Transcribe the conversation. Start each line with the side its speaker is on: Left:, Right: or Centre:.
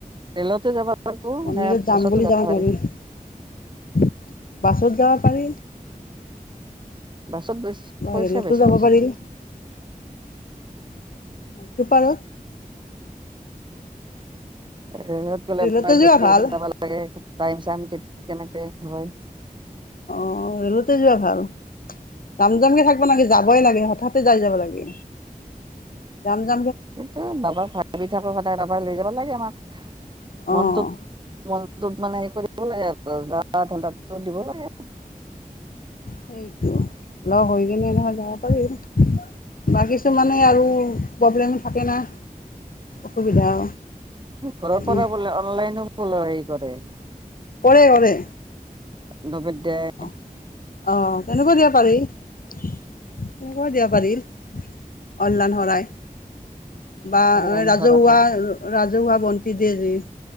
Right: ৰেলতো যাব লাগিব
Left: মন্দিৰত
Right: নে
Left: যাম
Right: বাছতো
Left: বুলি যাব
Right: পাৰি।
Left: নোৱাৰি। বাছত যাব পাৰি।
Right: বাছত বেছ
Left: বা
Right: পইচা
Left: ৰে'লতো
Right: বেছি
Left: যাব
Right: বোধয়
Left: পাৰি। নাইটছুপাৰত।
Right: ৰে'লত গ'লে
Left: ৰে'লতে যোৱা
Right: কেতিয়া
Left: ভাল
Right: যাবা তাকে টাইম চাইম কেনেকে হয়।
Left: অ' ৰে'লতে যোৱা ভাল। যাম যাম কে থাকিব নালাগে, যাবই লাগে হঠাতে যাই যাব লাগে। যাম যাম
Right: সেইতো বাবাক ভাবি থাকে সদায় বাবাই লৈ যাব লাগে আমাক। মনটো
Left: অঁ
Right: মনটোত মানে হেৰি কৰিব লাগে আৰু <unintelligible> দিব লাগে।
Left: সেইটো লগ হৈ কিনে নহয় যাব পাৰি। বা কিছুমানে আৰু প্ৰব্লেম থাকে না, অসুবিধা
Right: ঘৰৰ পৰা
Left: উম,
Right: বোলে অ'নলাইনো বোলে হেৰি কৰে।
Left: কৰে কৰে।
Right: দুবে যায়
Left: অ' অ' তেনেকুৱা দিবা পাৰি তেনেকুৱা দিবা পাৰিল। অ'নলাইন শৰাই বা
Right: অনলাইন
Left: ৰাজহুৱা
Right: কৰা
Left: ৰাজহুৱা বন্তি দিয় যে